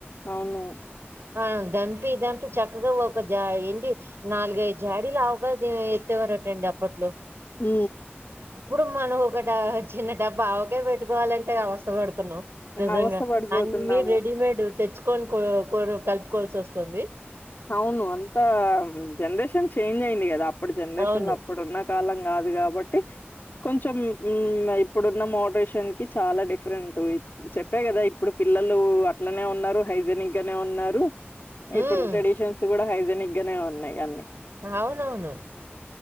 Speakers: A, on the left; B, on the right.
A: అవును
B: అ దంపి దంపి చక్కగా ఒక జా ఏంటి నాలుగైదు జాడీలు ఆవకాయ్ ఎతేవ రట్టండి అప్పట్లో
A: మ్
B: ఇప్పుడు మనం ఒక డ చిన్న డబ్బా ఆవకయ్ పెట్టుకోవాలంటే అవస్థ పడు తున్నాం నిజంగా
A: అవస్థ పడిపోతున్నాము
B: అన్ని రెడీమేడ్ తెచ్ కోని కో కో కలుపుకోవాల్సి వస్తుంది
A: అవును అంతా జనరేషన్ చేంజ్ అయింది కదా అప్పుడు జనరేషన్
B: అవును
A: లో అప్పుడున్నా కాలం కాదు కాబట్టి కొంచెం ఇం ఇప్పుడున్న మోడరేషన్ కి చాలా డిఫ్రెంటు ఇ చెప్పా కదా ఇప్పుడు పిల్లలు అట్లనే ఉన్నారు హైజనిక్ గానే ఉన్నారు
B: ఉమ్,
A: ఇప్పుడు ట్రెడి ట్స్ కూడా హైజనిక్ గానే ఉన్నాయ్ అన్నీ
B: అవునవును